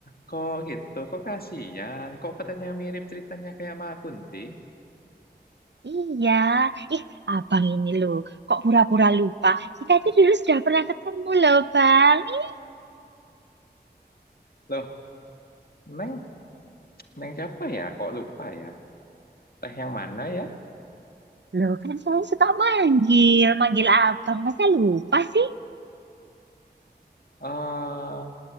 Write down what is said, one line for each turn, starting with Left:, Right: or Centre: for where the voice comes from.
Left: kok gitu? Kok kasihan? Kok petanya mirip ceritanya kayak Mbak Kunti?
Right: Iya, ih abang ini loh, kok pura-pura lupa. Kita itu dulu sudah pernah ketemu loh bang. Ih,
Left: Loh, Neng, Neng siapa ya? Kok lupa ya? Teh yang mana ya?
Right: Loh kan saya suka manggil, manggil abang. Masa lupa sih?
Left: Eh,